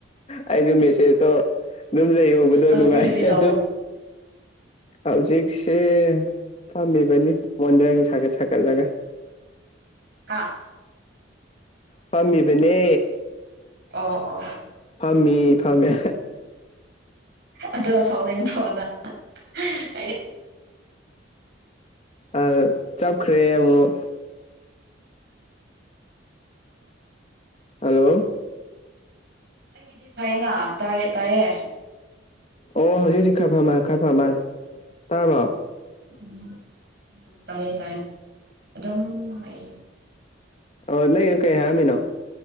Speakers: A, on the left; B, on the right.
A: ꯑꯩꯁꯨ ꯃꯦꯁꯦꯖꯇꯣ ꯑꯗꯨꯝ ꯂꯩꯍꯕꯗꯣ
B: ꯍꯧꯖꯤꯛꯇꯤ
A: ꯅꯨꯡꯉꯥꯏ
B: ꯀꯔꯤ ꯇꯧꯕ꯭ꯔꯥ
A: ꯑꯗꯨꯝ ꯍꯧꯖꯤꯛꯁꯦ ꯐꯥꯝꯃꯤꯕꯅꯤ ꯃꯣꯟꯗꯔꯌꯪ ꯁꯒꯠ ꯁꯒꯠ ꯁꯒꯠꯂꯒ
B: ꯑꯥ
A: ꯐꯝꯃꯤꯕꯅꯦ
B: ꯑꯣ ꯑꯣ
A: ꯐꯥꯝꯃꯤ ꯐꯝꯃꯦ
B: ꯑꯗꯣ ꯁꯥꯎꯅꯤꯡꯗ꯭ꯔꯣ ꯅꯪ ꯑꯩꯗꯤ
A: ꯑ ꯆꯞꯈ꯭ꯔꯦ ꯑꯃꯨꯛ ꯍꯜꯂꯣ
B: ꯑꯩꯒꯤꯗꯤ ꯐꯩꯅ ꯇꯥꯏꯌꯦ ꯇꯥꯏꯌꯦ
A: ꯑꯣ ꯍꯧꯖꯤꯛ ꯍꯧꯖꯤꯛ ꯈꯔ ꯐꯔꯃꯔꯦ ꯈꯔ ꯐꯥꯔꯝꯃꯔꯦ ꯇꯥꯔꯕ꯭ꯔꯣ
B: ꯎꯝ ꯇꯥꯏꯌꯦ ꯇꯥꯏꯌꯦ ꯑꯗꯨꯝ ꯍꯥꯏ
A: ꯑ ꯅꯪ ꯀꯩ ꯍꯥꯏꯔꯝꯃꯤꯅꯣ